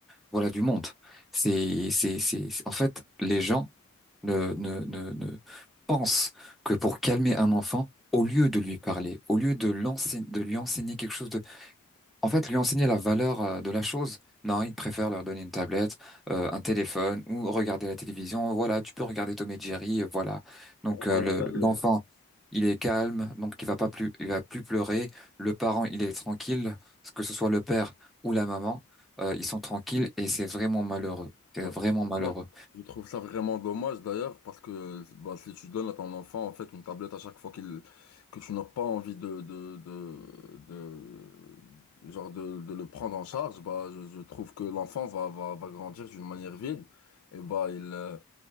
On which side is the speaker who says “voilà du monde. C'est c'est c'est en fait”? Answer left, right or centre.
Centre